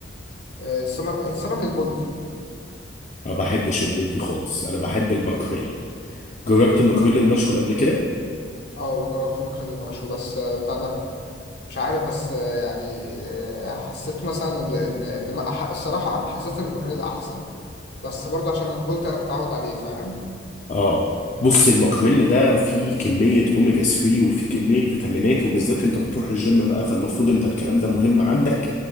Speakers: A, on the left; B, on the left.
A: آه، السمك السمك البلطي
B: ما بحبش البلطي خالص أنا بحب الماكريل جربت الماكريل المشوي قبل كده؟
A: اه جربت المكرونه المشوي بس آه، بتاع ده مش عارف بس آه، يعني آه، حسيت مثلا ال- ان ان ما- ح- الصراحه حسيت ان المكرونه احسن بس برضه عشان البولت انا متعود عليه فاهم
B: اه بص الماكريل ده فيه كمية اوميجا 3 وفيه كمية فيتامينات وبالذات انت بتروح الجيم بقى فالمفروض انت الكلام ده مهم عندك